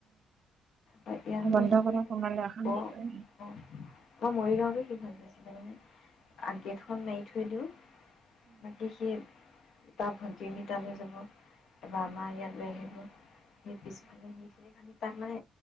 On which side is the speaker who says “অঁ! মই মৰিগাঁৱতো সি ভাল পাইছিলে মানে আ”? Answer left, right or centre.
Left